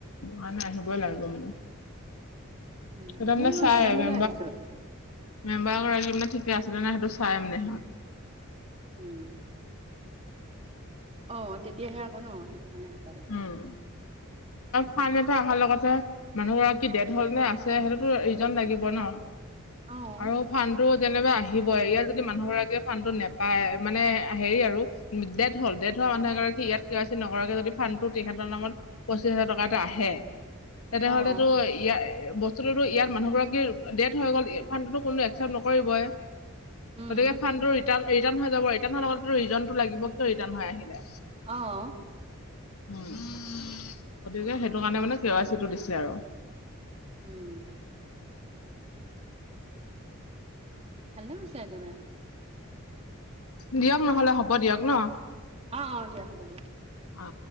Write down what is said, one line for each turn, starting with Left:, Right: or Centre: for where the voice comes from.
Left: মানে আহিবই লাগিব মানে।
Right: উম,
Left: এটো
Right: মই
Left: মানে চাই
Right: নাযাম
Left: মে
Right: বুলি ভাবিছো।
Left: মেম্বাৰগৰাকী মানে ঠিকে আছে নে নাই সেইটো চাই মানে।
Right: উম। অ তেতিয়াহে আকৌ ন সেইটো কাৰণে এপ্লাই কৰিলোঁ।
Left: উম। ফাইল এটা অহাৰ লগতে মানুহ গৰাকী ডেথ হ'ল নে আছে সেইটোতো ৰিজন লাগিব ন।
Right: অ',
Left: আৰু ফাণ্টো যেনেবা আহিব, ইয়াৰ যদি মানুহ গৰাকীয়ে ফণ্টো নেপায়, মানে হেৰি আৰু ডেথ হ'ল। ডেথ মানুহ এগৰাকী ইয়াত কেৱাইচি নকৰা কে যদি ফণ্টো তেখেতৰ নামত পঁচিশ হাজাৰ টকা আহে, তেনেহলেতো
Right: অ',
Left: ইয়াৰ বস্তুতো ইয়াত মানুহ গৰাকীৰ ডেট হৈ গ'ল, ফণ্টোতো কোনো একচেপ্ট নকৰিবই।
Right: উম,
Left: গতিকে ফণ্টো ৰিটাৰ হৈ যাব, ৰিটাৰ্ণ হোৱাৰ লগতে ৰিজনটো লাগিব, কিয় ৰিটাৰণ হৈ আহিলে?
Right: অ
Left: গতিকে সেইটো কাৰণে মানে কেৱাইচিটো দিছে আৰু।
Right: উম। <unintelligible>
Left: দিয়ক নহলে হ'ব দিয়ক ন।
Right: অ', অ', দিয়া হ'ব দিয়া।
Left: অ